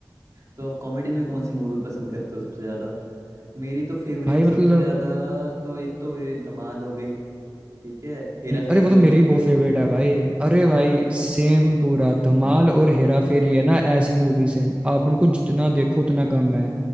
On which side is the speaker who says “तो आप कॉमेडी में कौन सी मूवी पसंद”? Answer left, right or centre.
Right